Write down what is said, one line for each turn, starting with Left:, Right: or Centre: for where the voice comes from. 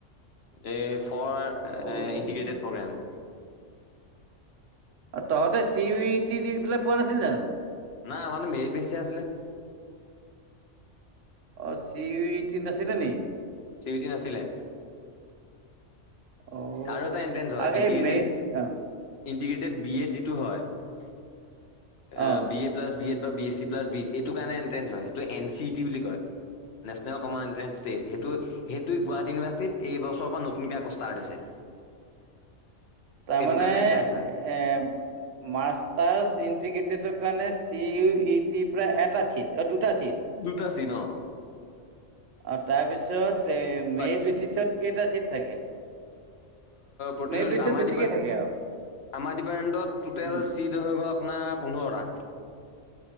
Left: এই ফৰ
Right: অ'।
Left: ইণ্টিগ্ৰেটেড প্ৰগ্ৰাম।
Right: অ', তহতে চি ই টি দি পেলায় পোৱা নাছিল জানো?
Left: নাই আমাৰটো মেৰিত বেছি আছিলে
Right: অ', চি ইউ ই টি নাছিলে নি?
Left: চি উ টি নাছিলে।
Right: অ
Left: আৰু এটা এনট্ৰেন্ঞ্চ হয়
Right: আৰু
Left: ইণ্টিগ্ৰেটেড
Right: এই মেইন অ
Left: ইটিগ্ৰেটেড বি এড যিটো হয়
Right: অ
Left: B A plus B Ed বা B S C plus B Ed এইটো কাৰণে এন্ট্ৰেঞ্চ হয় সেইটো এন চি ইটি বুলি কয়। নেচনেল কমান এণ্ট্ৰেন্স টেষ্ট সেইটো সেইটোৱ গুৱাহাটী ইউনিভাৰ্চিটিত এইছৰ পৰা নতুনকে পাৰ্ট হৈছে।
Right: তাৰমানে
Left: এইটো কাৰণে এণ্ট্ৰেন্স হয়
Right: এ মাষ্টাৰছ ইণ্টিগ্ৰেটেডৰ কাৰণে চি ইউ ই টিৰ পৰা এটা চিট অ দুটা চিট।
Left: দুটা চিট অ।
Right: অ তাৰপিছত এ মেৰিট
Left: বা
Right: বেচিছত কেইটা চিট থাকে?
Left: প্ৰতিটো
Right: মেৰিট বেচিছত
Left: আমাৰ
Right: বেছিকে
Left: ডিপা,
Right: থাকে আৰু
Left: আমাৰ ডিপাৰ্টমেণ্টত টুটেল
Right: উম
Left: চিট হৈ গ'ল আপোনাৰ পোন্ধৰটা।